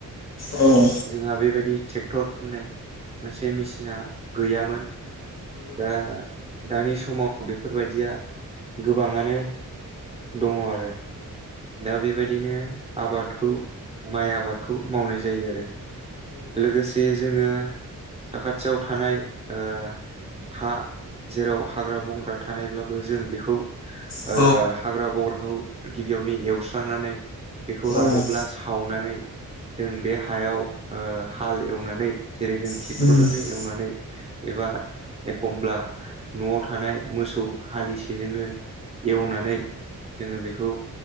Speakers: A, on the left; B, on the right.
A: औ
B: जोंहा बेबायदि ट्रेक्टर होननाय मोनसे मेसिना गैयामोन। दा दानि समाव बेफोरबायदिया गोबाङानो दङ आरो। दा बेबायदिनो आबादखौ माइ आबादखौ मावनाय जायो आरो लोगोसे जोङो साखाथियाव थानाय ओ हा जेराव हाग्रा बंग्रा थानायब्लाबो जों बेखौ
A: औ
B: ओ हाग्रा बग्राखौ गि बियावनो एवस्रांनानै बेखौ रानोब्ला
A: औ औ
B: सावनानै जों बे हायाव हाल ओ एवनानै जेरै जों ट्रेक्टरजोंनो
A: होमबा
B: एवनानै एबा एखमब्ला न'आव थानाय मोसौ हालिसेजोंनो एवनानै जोङो बेखौ